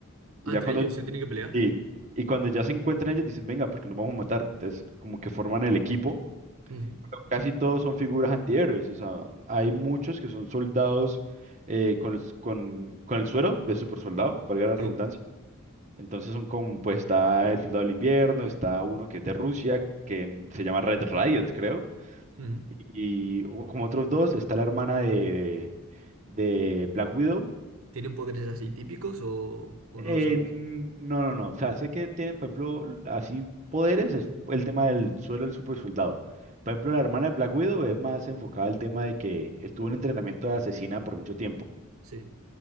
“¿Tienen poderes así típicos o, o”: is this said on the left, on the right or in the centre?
Right